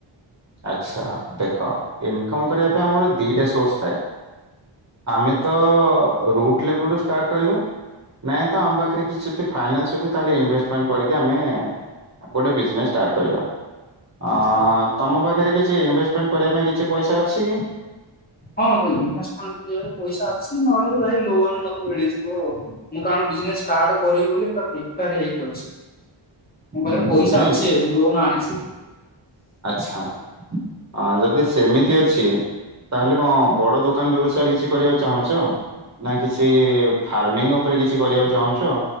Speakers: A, on the right; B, on the left.
A: ଆଚ୍ଛା ଦେଖ ଇନକମ୍ କରିବା ପାଇଁ ଆମର ଦିଟା ସୋର୍ସ ଥାଏ। ଆମେ ତ ଅ, ରୁଟ୍ ଲେବଲ୍ ରୁ ଷ୍ଟାର୍ଟ କରିବା। ନାହିଁ ତ ଆମ ପାଖରେ କିଛି ଯଦି ଫାଇନାନ୍ସ ଅଛି ତାହେଲେ ଇନଭେଷ୍ଟମେଣ୍ଟ କରିକି ଆମେ ଗୋଟେ ବିଜନେସ୍ ଷ୍ଟାର୍ଟ କରିବା।
B: ରହିବ।
A: ଅଁ, ତୋମ ପାଖରେ କିଛି ଇନଭେଷ୍ଟମେଣ୍ଟ କରିବା ପାଇଁ କିଛି ପଇସା ଅଛି କି?
B: ହଁ କଲି ଇନଭେଷ୍ଟମେଣ୍ଟ କରିବାରେ ପଇସା ଅଛି। ନହେଲେ ଭାଇ ଲୋନ୍ ମୋତେ ମିଳିଯିବ। ମୁଁ କାରଣ ବିଜନେସ୍ ଷ୍ଟାର୍ଟ କରିବି ବୋଲିି ପୁରା ପ୍ରିପିୟାଡ୍ ହେଇକି ଅଛି। ମୋ
A: ହୁଁ
B: ପାଖରେ ପଇସା
A: ନାଇଁ
B: ଅଛି ଏବେ, ମୁଁ ଲୋନ୍ ଆଣିଛି ଏବେ।
A: ଆଚ୍ଛା। ହଁ ଯଦି ସେମିତି ଅଛି ତାହେଲେ କଣ ବଡ ଦୋ କାନ ବ୍ୟବସାୟ କିଛି କରିବାକୁ ଚାହୁଁଚ? ନା କିଛି ଫାର୍ମିଙ୍ଗ ଉପରେ କିଛି କରିବାକୁ ଚାହୁଁଛ?